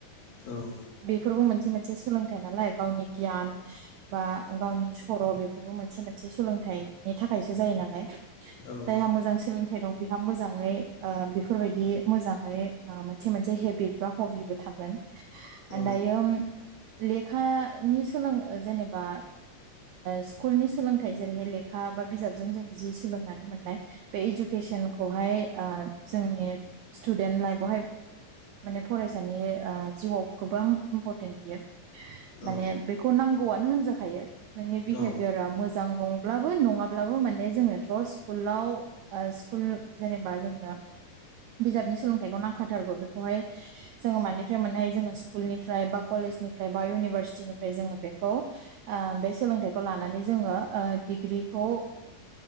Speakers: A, on the left (about 80°); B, on the right (about 80°).
A: औ
B: बेफोरबो मोनसे मोनसे सोलोंथाइ नालाय गावनि गियान बा गावनि सर बेफोरबो मोनसे मोनसे सोलोंथाइनि थाखायसो जायो नालाय।
A: औ
B: जायहा मोजां सोलोंथाइ दं बेहा मोजाङै बेफोर बायदि मोजाङै मोनसे मोनसे हेबिट बा हबिबो थागोन।
A: औ
B: दायो लेखानि सोलों जेनेबा स्कुलनि सोलोंथाइ जेरैहाय लेखा बा बिजाबजों जों जि सोलोंनानै मोननाय बे इझुकेसनखौहाय जोंनि स्टुडेन्ट लाइफआवहाय माने फरायसानि जिउआव गोबां इम्परटेन्ट बियो। माने
A: औ
B: बेखौ नांगौआनो होनजाखायो। नोंनि बिहेभियारा
A: औ
B: मोजां नंब्लाबो नङाब्लाबो माने जोङोथ' स्कुलाव स्कुल जेनेबा जोंनो बिजाबनि सोलोंथाइखौ नांखाथारगौ बेखौहाय जोङो मानिफ्राय मोननो हायो जोङो स्कुलनिफ्राय बा कलेजनिफ्राय बा इउनिभारसिटिनिफ्राय जोङो बेखौ बे सोलोंथाइखौ लानानै जोङो डिग्रिखौ